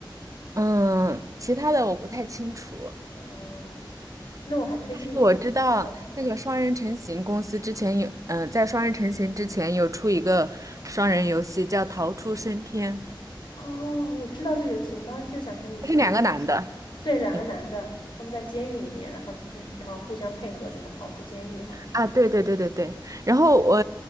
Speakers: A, on the right; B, on the left.
A: 嗯，其他的我不太清楚，
B: 哦，那我还推荐你。
A: 我知道那个双人成行公司之前有，
B: 嗯。
A: 嗯、在双人成行之前有出一个双人游戏叫《逃出升天》，
B: 哦，我知道这个游戏，我刚刚就想跟你说这个游戏。
A: 它是两个男的。
B: 对，两个男的，
A: 嗯
B: 他们在监狱里面，然后自，然后互相配合，怎么逃出监狱，好像是。
A: 啊，对对对对对，然后我